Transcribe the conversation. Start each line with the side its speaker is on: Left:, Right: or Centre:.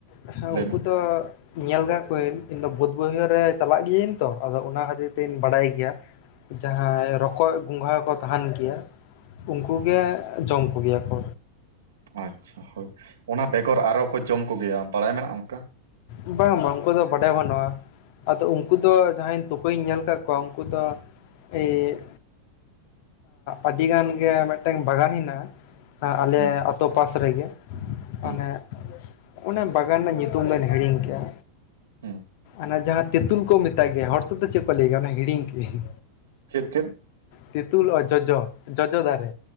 Left: ᱦᱮᱸ ᱩᱱᱠᱩ
Right: ᱞᱟᱹᱭ ᱢᱮ
Left: ᱫᱚ ᱧᱮᱞ ᱠᱟᱫ ᱠᱚᱣᱟᱟᱹᱧ ᱤᱧ ᱫᱚ ᱵᱟᱹᱫ ᱵᱟᱹᱭᱦᱟᱹᱲ ᱨᱮ ᱪᱟᱞᱟᱜ ᱜᱤᱭᱟᱹᱧ ᱛᱚ ᱟᱫᱚ ᱚᱱᱟ ᱠᱷᱟᱹᱛᱤᱨ ᱛᱤᱧ ᱵᱟᱲᱟᱭ ᱜᱮᱭᱟ ᱡᱟᱦᱟᱸ ᱨᱚᱠᱚᱡ ᱜᱚᱸᱜᱷᱟ ᱠᱚ ᱛᱟᱦᱮᱸᱱ ᱜᱮᱭᱟ ᱩᱱᱠᱩ ᱜᱮ ᱡᱚᱢ ᱠᱚ ᱜᱮᱭᱟ ᱠᱚ
Right: ᱟᱪᱪᱷᱟ ᱦᱳᱭ ᱚᱱᱟ ᱵᱮᱜᱚᱨ ᱟᱨᱚ ᱠᱚ ᱡᱚᱢ ᱠᱚ ᱜᱮᱭᱟ ᱵᱟᱲᱟᱭ ᱢᱮᱱᱟᱜᱼᱟ ᱚᱱᱠᱟ
Left: ᱵᱟᱝ ᱵᱟᱝ ᱩᱱᱠᱩ ᱫᱚ ᱵᱟᱰᱟᱭ ᱵᱟᱱᱩᱜᱼᱟ ᱟᱫᱚ ᱩᱱᱠᱩ ᱫᱚ ᱡᱟᱦᱟᱸᱭ ᱛᱩᱯᱩᱧ ᱧᱮᱞ ᱠᱟᱫ ᱠᱚᱣᱟ ᱩᱱᱠᱩ ᱫᱚ ᱮᱭ ᱟᱹᱰᱤ ᱜᱟᱱ ᱜᱮ ᱢᱤᱫᱴᱟᱝ ᱵᱟᱜᱟᱱ ᱦᱮᱱᱟᱜᱼᱟ ᱟᱞᱮ
Right: ᱦᱩᱸ
Left: ᱟᱛᱳ ᱯᱟᱥ ᱨᱮᱜᱮ
Right: ᱦᱩᱸ
Left: ᱚᱱᱮ ᱚᱱᱮ ᱵᱟᱜᱟᱱ ᱨᱮᱱᱟᱜ ᱧᱩᱛᱩᱢ ᱫᱚ ᱦᱮᱲᱤᱧᱝ ᱜᱮᱭᱟ
Right: ᱦᱮᱸ
Left: ᱚᱱᱟ ᱡᱟᱦᱟᱸ ᱛᱮᱛᱩᱞ ᱠᱚ ᱢᱮᱛᱟᱜ ᱜᱮᱭᱟ ᱦᱚᱲ ᱛᱮ ᱫᱚ ᱪᱮᱫ ᱠᱚ ᱞᱟᱹᱭ ᱜᱮᱭᱟ ᱦᱤᱲᱤᱧ ᱠᱤᱫᱤᱧ
Right: ᱪᱮᱫ ᱪᱮᱫ
Left: ᱛᱤᱛᱩᱞ ᱚ ᱡᱚᱡᱚ ᱡᱚᱡᱚ ᱫᱟᱨᱮ